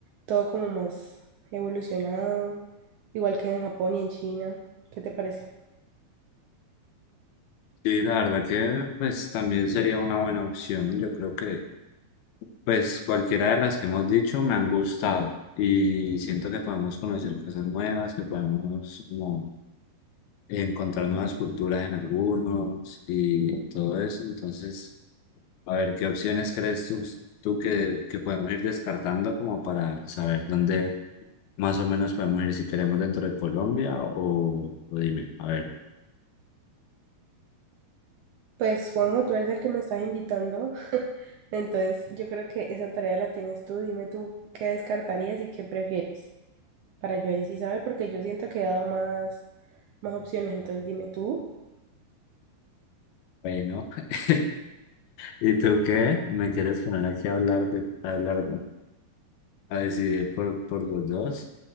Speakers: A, on the right; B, on the left.
A: todo como más evolucionado, igual que en Japón y en China. ¿Qué te parece?
B: Sí, la verdad que pues también sería una buena opción. Yo creo que pues cualquiera de las que hemos dicho me han gustado y siento que podemos conocer cosas nuevas, que podemos como encontrar nuevas culturas en algunos y todo eso. Entonces, a ver, ¿qué opciones crees tú, tú que, que podemos ir descartando como para saber dónde más o menos podemos ir si queremos dentro de Colombia o, o dime, a ver.
A: Pues Juanjo, tú eres el que me estás invitando, <laughs> entonces yo creo que esa tarea la tienes tú. Dime tú qué descartarías y qué prefieres para yo ahí sí saber, porque yo siento que he dado más, más opciones, entonces dime tú.
B: Bueno, <laughs> ¿y tú qué? ¿Me quieres poner aquí a hablar, de, a hablar, a decidir por, por los dos?